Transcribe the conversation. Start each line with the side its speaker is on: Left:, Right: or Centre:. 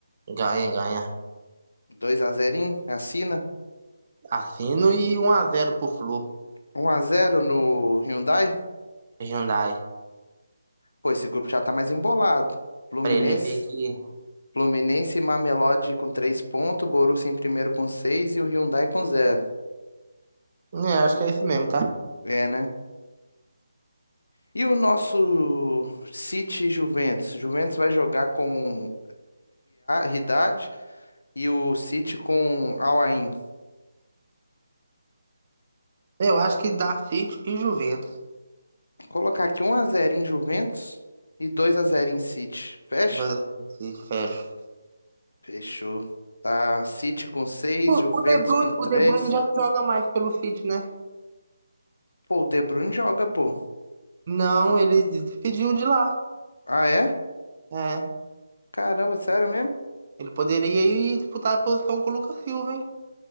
Right: Ganha, ganha.
Left: 2x0, assina.
Right: Assino e 1 a 0 pro Flu,
Left: um a zero no Hyundai.
Right: Hyundai.
Left: Pô, esse grupo já tá mais embolado. Fluminense,
Right: Pra ele ver que.
Left: Fluminense e Mamelodi com 3 pontos, Borussia em primeiro com 6 e o Hyundai com zero
Right: É, acho que é isso mesmo, tá?
Left: É, né? E o nosso City e Juventus? Juventus vai jogar com Ridad E o City com Al Ain.
Right: Eu acho que dá City e Juventus.
Left: Colocar aqui um a zero em Juventus e dois a zero em City. Fecha?
Right: Dá City, fecha.
Left: Fechou. Tá, City com seis
Right: O,
Left: Juventus
Right: o De Bruyne,
Left: com três
Right: o De Bruyne já não joga mais pelo City, né?
Left: Pô, o De Bruyne joga, pô.
Right: Não, ele despediu de lá.
Left: Ah, é?
Right: É.
Left: Caramba, sério mesmo?
Right: Ele poderia ir disputar a posição com o Lucas Silva, hein?